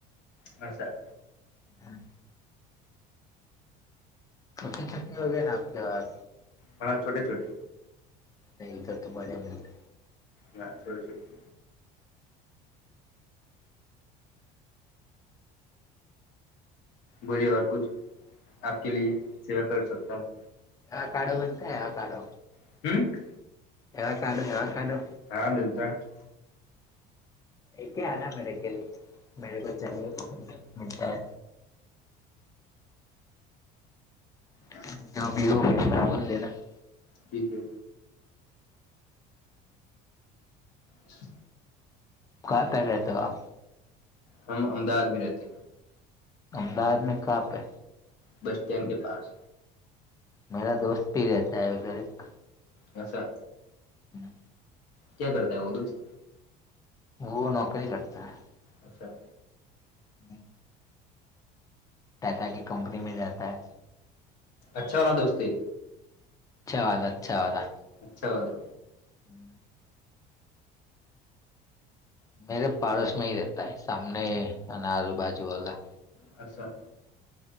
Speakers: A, on the left (about 75°); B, on the left (about 20°).
A: અચ્છા.
B: હમ. છટી છટી હો આપ તોવા
A: હા છોટે છોટે.
B: નહી ધર તુરે્યા મતા
A: ના છોટે છોટે. બોલીએ ઔર કુછ આપ કે લીએ સેવા કર સકતા હુ.
B: એ કાઢો બનતા એ કાઢો
A: <unintelligible>
B: એવાકાડો એવાકાડો
A: હા મિલતા હે.
B: લ આના મેળ કે લ મેળ ચ <unintelligible>
A: હ.
B: જ બહ બોલ
A: ઠીક હે. હ.
B: ક પર રહેતા હે આપ.
A: હમ અમદાવાદ મે રહેતે.
B: અમદાવાદમાં કહાર પે.
A: બસ સ્ટેન્ડ કે પાાસ.
B: મેરા દોસ્ત ભી રહેતા હ ઉધર એક.
A: અચ્છા.
B: હમ.
A: ક્યા કરતાય વ દોસ્ત.
B: વ નોકરી કરતા હૈ.
A: અચ્છા.
B: હમ. ટાટા કે કંપની મે જાતે હે.
A: અચ્છા વાલા દોસ્ત હૈ.
B: અચ્છા વાલા અચ્છા વાલા.
A: અચ્છા વાલા.
B: હમ. મેરે પાડોસમાં હ રહેતા હ સામને આલુબજુ વાલા
A: અચ્છા.